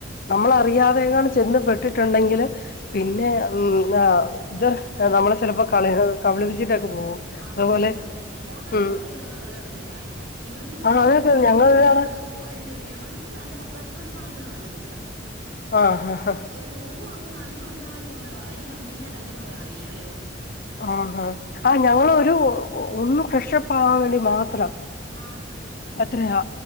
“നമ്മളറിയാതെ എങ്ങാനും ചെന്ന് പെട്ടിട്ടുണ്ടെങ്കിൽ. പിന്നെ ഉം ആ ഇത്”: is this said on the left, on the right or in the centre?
Left